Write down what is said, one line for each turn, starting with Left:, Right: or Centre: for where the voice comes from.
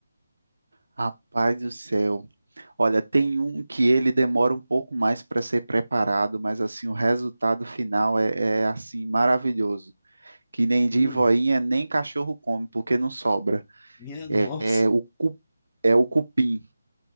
Right: Rapaz do céu. Olha, tem um que ele demora um pouco mais para ser preparado, mas assim o resultado final é, é, assim maravilhoso. Que nem de
Left: Hum,
Right: voinha, nem cachorro come, porque não sobra.
Left: minha nossa.
Right: É, é o, cu- é o cupim.